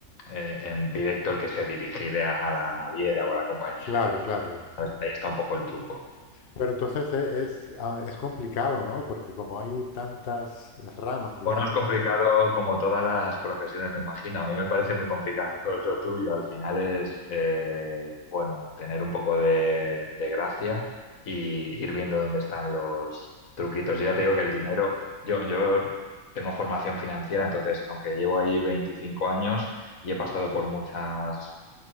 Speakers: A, on the left; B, on the left.
A: eh, en directo el que se dirigiera a la naviera o a la compañía
B: Claro,
A: aérea.
B: claro, sí,
A: Ahí
B: sí.
A: está un poco el truco.
B: Pero entonces e- es, ah, es complicado, ¿no? Porque como hay tantas ramas, digamos.
A: Bueno, es complicado como todas las profesiones, me imagino. A mí me parece muy complicado <laughs> lo tuyo. Al final es, eh, bueno, tener un poco de, de gracia y ir viendo dónde están los truquitos. Yo ya te digo que el dinero, yo, yo tengo formación financiera, entonces, aunque llevo ahí 25 años y he pasado por muchos